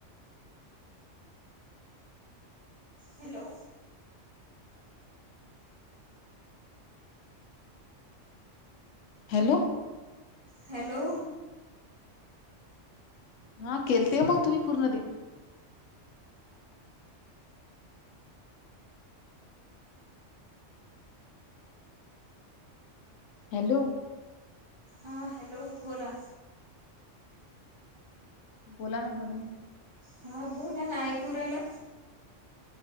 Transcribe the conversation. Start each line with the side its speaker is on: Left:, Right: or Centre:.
Right: Hello.
Left: Hello.
Right: Hello.
Left: हा केलते मग तुम्ही पूर्ण ते? हॅलो.
Right: हा हॅलो बोला.
Left: बोला ना बोला ना.
Right: हा बोला ना ऐकूरायला.